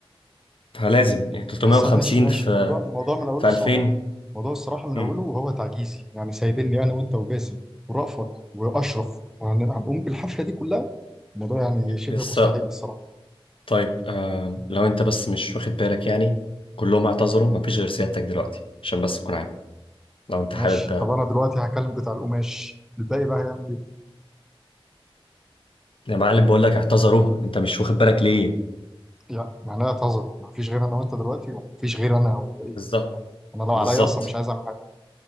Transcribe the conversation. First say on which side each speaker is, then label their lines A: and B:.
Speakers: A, on the left; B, in the centre.
A: فلازم يعني 350
B: يا اسطى ماشي ماشي
A: في
B: الموضوع الموضوع من اوله
A: في
B: الصراحه
A: 2000
B: الموضوع الصراحه من
A: امم
B: اوله وهو تعجيزي يعني سايبني انا وانت وباسم ورأفت واشرف يعني هنقوم بالحفله دي كلها الموضوع يعني شبه
A: يس
B: مستحيل الصراحه
A: طيب آه لو انت بس مش واخد بالك يعني كلهم اعتذروا مفيش غير سيادتك دلوقتي عشان بس تكون عارف لو انت
B: ماشي
A: حابب
B: طب انا دلوقتي هكلم بتاع القماش الباقي بقى هيعمل ايه
A: يا معلم بقول لك اعتذروا انت مش واخد بالك ليه
B: يعني يعني انا اعتذر ما فيش غير انا وانت دلوقتي ولا ما فيش غير انا ولا ايه
A: بالظبط
B: هو انا لو
A: بالظبط
B: عليا اصلا مش عايز اعمل حاجه